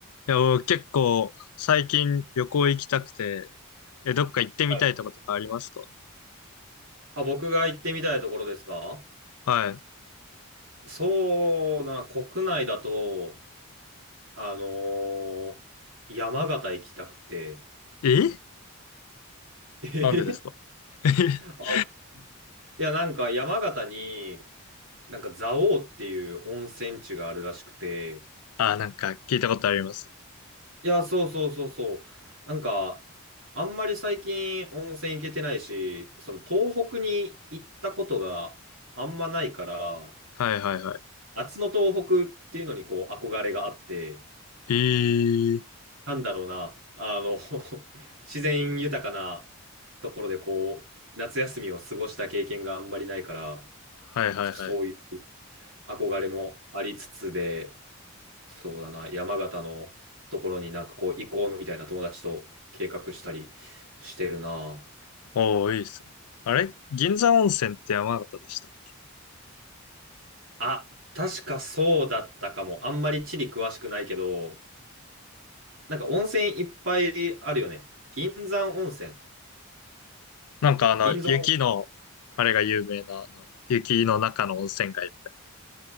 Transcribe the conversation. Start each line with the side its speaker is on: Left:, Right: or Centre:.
Left: いや、僕結構最近旅行行きたくて、え、どっか行ってみたいとことかありますか
Right: はい。あ、僕が行ってみたいところですか
Left: は
Right: そうだな、国内だと、あのー山形行きたくて。
Left: い。え
Right: <laughs>
Left: なんでですか <laughs>
Right: あ、いや、なんか山形に、なんか蔵王っていう温泉地があるらしくて。
Left: あ、なんか聞いたことあります。
Right: いや、そうそうそうそう。なんか、あんまり最近温泉行けてないし、その東北に行ったことがあんまないから、
Left: はいはいは
Right: 夏の東北っていうのにこう憧れがあって。
Left: い。えー、
Right: なんだろうな、あの、<laughs> 自然豊かなところでこう、夏休みを過ごした経験があんまりないから、
Left: はいはいはい。
Right: ちょっとそういう憧れもありつつで、そうだな、山形のところになんかこう行こうみたいな友達と計画したりしてるな。
Left: おー、いいっすね。あれ銀山温泉って山形でしたっけ
Right: あ、確かそうだったかも。あんまり地理詳しくないけど、なんか温泉いっぱいあるよね。銀山温泉。
Left: なんかあの、
Right: 銀山。
Left: 雪の、あれが有名な、あの、雪の中の温泉街みたい